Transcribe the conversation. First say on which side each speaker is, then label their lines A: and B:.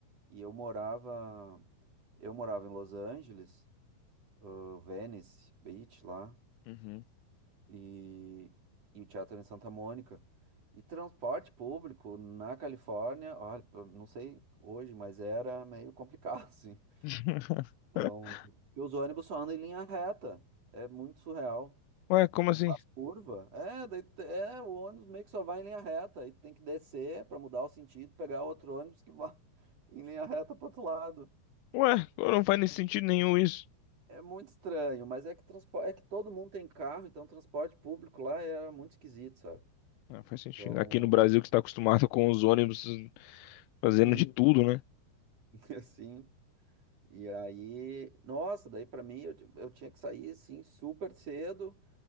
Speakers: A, on the right (about 40°); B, on the left (about 85°).
A: e eu morava, eu morava em Los Angeles, eh, Venice Beach lá.
B: Uhum.
A: e, e o teatro é em Santa Mônica. E transporte público na Califórnia, olha, pô, não sei hoje, mas era meio complicado, <laughs> assim.
B: <laughs>
A: Então, e os ônibus só andam em linha reta. É muito surreal.
B: Ué, como
A: Não
B: assim?
A: faz curva. É, daí, t- é, o ônibus meio que só vai em linha reta. Aí tem que descer para mudar o sentido, pegar outro ônibus que vai <laughs> em linha reta para outro lado.
B: Ué, não faz nem sentido nenhum isso.
A: É muito estranho, mas é que transporte, é que todo mundo tem carro, então transporte público lá era muito esquisito, sabe?
B: Ah, faz sentido.
A: Então,
B: Aqui no Brasil que está acostumado com os ônibus fazendo
A: <laughs>
B: de tudo, né?
A: <laughs> assim. E aí, nossa, daí pra mim eu, eu tinha que sair assim super cedo,